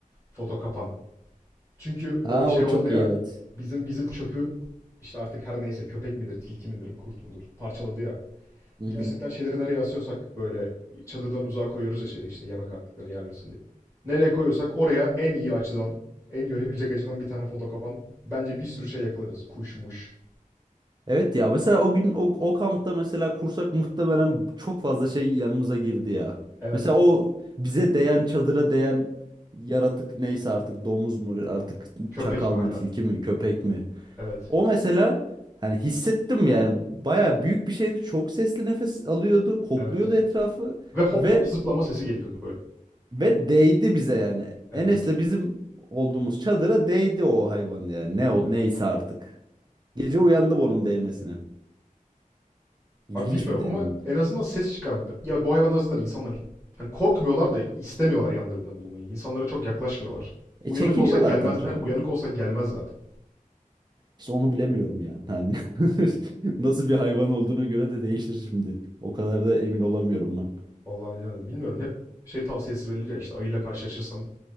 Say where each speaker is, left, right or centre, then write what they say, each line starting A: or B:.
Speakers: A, on the right (about 15°); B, on the right (about 30°).
A: Foto kapan. Çünkü
B: Ha
A: o şey
B: o
A: oldu
B: çok
A: ya.
B: iyi evet.
A: Bizim bizim çöpü işte artık her neyse köpek midir, tilki midir, kurt mudur parçaladı ya.
B: Hı hı.
A: Gerçekten şeyleri nereye asıyorsak böyle çadırdan uzağa koyuyoruz ya şey işte yemek artıklarını yermesin diye. Nereye koyuyorsak oraya en iyi açıdan, en görebilecek açıdan bir tane foto kapan. Bence bir sürü şey yakalarız. Kuşmuş.
B: Evet ya mesela o gün o, o kampta mesela kursak muhtemelen çok fazla şey yanımıza girdi ya.
A: Evet.
B: Mesela o bize değen çadıra değen yaratık neyse artık domuz mu artık
A: Köpek
B: çakal
A: mi? Aynen.
B: mı tilki mi köpek mi.
A: Evet.
B: O mesela hani hissettim yani baya büyük bir şeydi çok sesli nefes alıyordu kokluyordu
A: Evet.
B: etrafı
A: Ve hop
B: ve
A: hop zıplama sesi geliyordu böyle.
B: ve değdi bize yani.
A: Evet.
B: Enes'le bizim olduğumuz çadıra değdi o hayvan yani ne o neyse
A: Evet.
B: artık. Gece uyandım onun değmesine. İlginç
A: Abi bilmiyorum
B: bir deneyim.
A: ama en azından ses çıkarım. Ya bu hayvanlar zaten insanlar hani korkmuyorlar da istemiyorlar yanlarında bulunmayı. İnsanlara çok yaklaşmıyorlar.
B: E
A: Uyanık
B: çekiniyorlar
A: olsak gelmez.
B: tabii canım.
A: Aynen uyanık olsak gelmez zaten.
B: İşte onu bilemiyorum yani. Hani <laughs> nasıl bir hayvan olduğuna göre de değişir şimdi. O kadar da emin olamıyorum ben.
A: Vallahi bilmiyorum, Bilmiyorum. Hep şey tavsiyesi verilir ya işte ayıyla karşılaşırsan